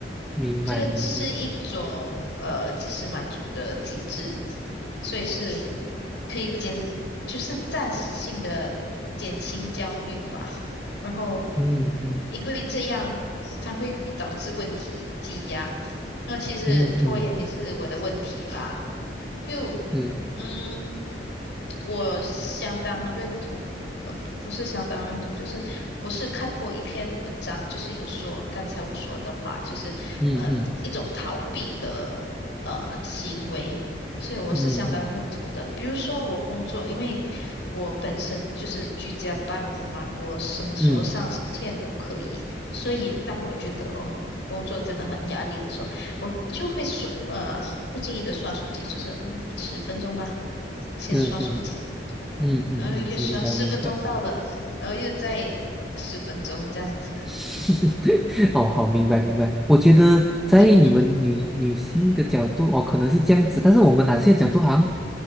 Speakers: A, in the centre; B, on the left.
A: 明白明白，
B: 这个是一种呃及时满足的机制。所以是可以减，就是暂时性的减轻焦虑吧。然后，
A: 嗯嗯
B: 因为这样它会导致问题积压。那其实拖延也是我的问题吧，
A: 嗯嗯，
B: 就嗯。
A: 是，
B: 我相当认同，呃，不是相当认同，就是我是看过一篇文章，就是有说刚才我说的话，就是呃一种逃避的呃行为，
A: 嗯嗯
B: 所以我是相当认同的。
A: 嗯嗯
B: 比如说我工作，因为我本身就是居家办公嘛，我什么时候上线都可以，
A: 嗯，
B: 所以当我觉得哦工作真的很压力的时候，我就会说呃不经意的刷手机，就是嗯十分钟吧，先刷手机。
A: 是是。嗯嗯嗯，
B: 然后又说十分钟到了，
A: 明白明白。
B: 然后又再十分钟这样子。
A: <laughs> 哦，好，明白明白。我觉得在你们女女性的角度，
B: 嗯
A: 哦，可能是这样子，但是我们男性的角度好像